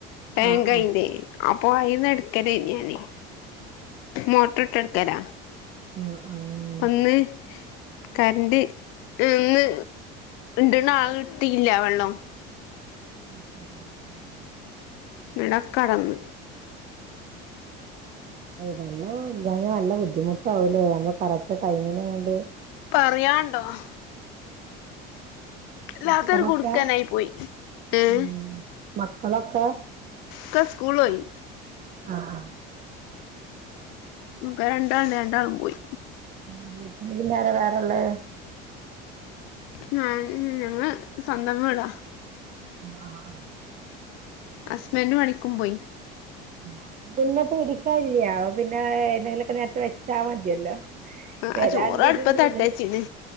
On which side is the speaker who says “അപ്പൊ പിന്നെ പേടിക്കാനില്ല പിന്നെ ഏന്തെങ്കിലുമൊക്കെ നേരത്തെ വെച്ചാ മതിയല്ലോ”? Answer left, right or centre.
Right